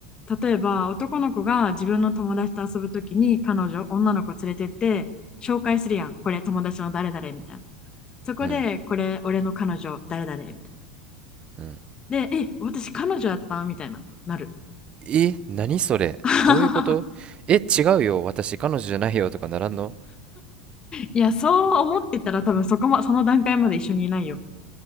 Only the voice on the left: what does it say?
例えば男の子が自分の友達と遊ぶときに彼女、女の子連れてって紹介するやん。これ友達の誰々みたいな。そこでこれ俺の彼女誰々みたいな。
で、え、私彼女やったみたいな。なる。
<laughs> いや、そう思ってたら多分そこま、その段階まで一緒にいないよ。